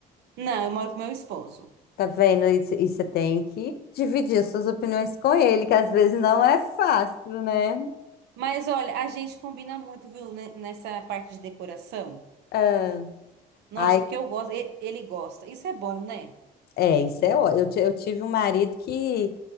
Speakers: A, on the right; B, on the left.
A: Não, eu moro com meu esposo.
B: Tá vendo? E você e você tem que dividir as suas opiniões com ele, que às vezes não é fácil, né?
A: Mas olha, a gente combina muito, viu, né, nessa parte de decoração.
B: Ah,
A: Nossa,
B: ai,
A: o que eu gosto, e- ele gosta. Isso é bom, né?
B: é, isso é ó. Eu, ti- eu tive um marido que,